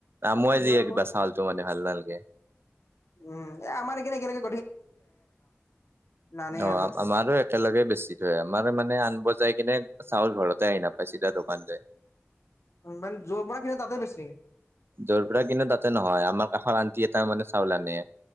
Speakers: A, on the right; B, on the left.
A: আমুৱাই যিয়ে
B: মাহ
A: কিবা
B: ম
A: চাউলটো মানে ভাল নালাগে
B: উম আমাৰ এইখনে কেলেগে নানে
A: অ
B: আৰু ইয়াতে
A: আমাৰো
B: আৰু।
A: একেলগে বেছি থয় আমাৰ মানে আন বজাই কিনে চাউল ঘৰতে আহি নাপাইছিলা দোকানটোৱে
B: উম, মানে যৰ পৰা খিন তাতে বেচি নেকি?
A: যৰ পৰাৰা কিন্তু তাতে নহয় আমাৰ কাষৰ আণ্টি এটা মানে চাউল আনে।